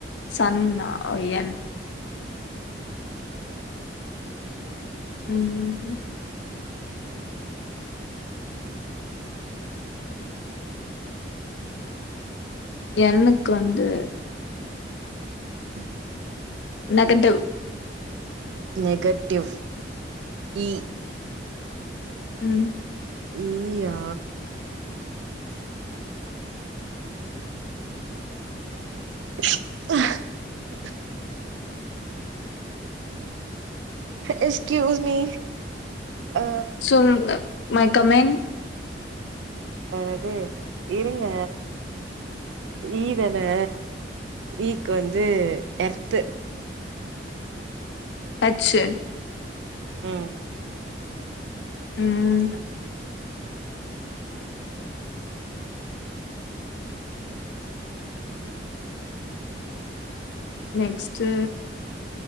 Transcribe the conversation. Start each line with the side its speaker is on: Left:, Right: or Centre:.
Left: சன்ன ஓ என் ம் ம் ம் என்னுக் வந்து
Right: ம்
Left: நகட்டிவ்
Right: நெகட்டிவ் இ
Left: ம்
Right: ஈ ஆ அ எக்ஸ்கியூஸ் மீ ஆ
Left: சொல்லுங்க மை கமின்
Right: அது இருங்க ஈ தானே ஈ க்கு வந்து எர்த்து
Left: ஹெச்சு
Right: ம்
Left: ம் நெக்ஸ்ட்டு